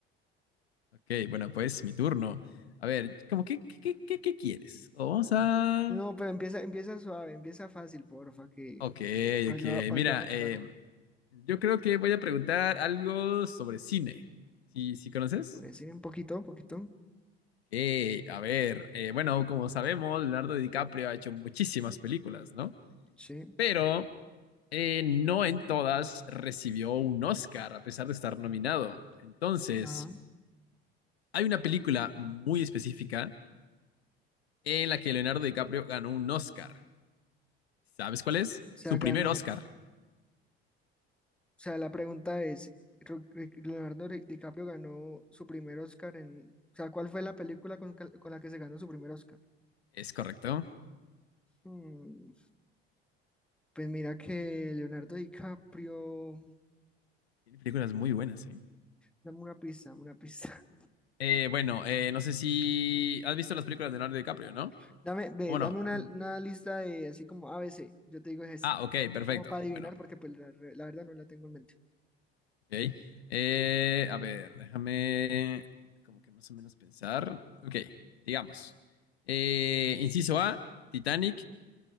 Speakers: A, on the left; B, in the centre.
A: Ok, bueno, pues mi turno. A ver, ¿cómo qué, qué, qué, qué- qué quieres? O Vamos a...
B: No, pero empieza, empieza suave, empieza fácil, porfa, que
A: Ok,
B: para
A: ok.
B: yo, pa'
A: Mira,
B: yo adaptarme.
A: eh, yo creo que voy a preguntar algo sobre cine. ¿Sí, sí conoces?
B: Sobre sí, un poquito, un poquito.
A: Eh, a ver, eh, bueno, como sabemos, Leonardo DiCaprio ha hecho muchísimas películas, ¿no?
B: Sí.
A: pero eh, no en todas recibió un Oscar a pesar de estar nominado. Entonces,
B: Ajá. O
A: hay una película muy específica en la que Leonardo DiCaprio ganó un Oscar. ¿Sabes cuál es?
B: sea,
A: Su
B: ganó.
A: primer Oscar.
B: O sea, la pregunta es, Ro- Ri- Leonardo Ri- DiCaprio ganó su primer Oscar en... O sea, ¿cuál fue la película con, cal- con la que se ganó su primer Oscar?
A: Es correcto.
B: Mm, pues mira que Leonardo DiCaprio...
A: Tiene películas muy buenas, ¿eh?
B: Dame una pista, dame una pista.
A: Eh, bueno, eh, no sé si has visto las películas de Leonardo DiCaprio, ¿no?
B: <laughs> Dame, ve,
A: O Bueno,
B: dame una,
A: mm,
B: una lista de así como A B C Yo te digo es esta.
A: ah, ok, perfecto.
B: Como para adivinar,
A: Bueno,
B: porque pues la, re- la verdad no la tengo en mente.
A: Ok. Eh, a ver, déjame como que más o menos pensar. Ok, digamos. Eh, inciso A, Titanic.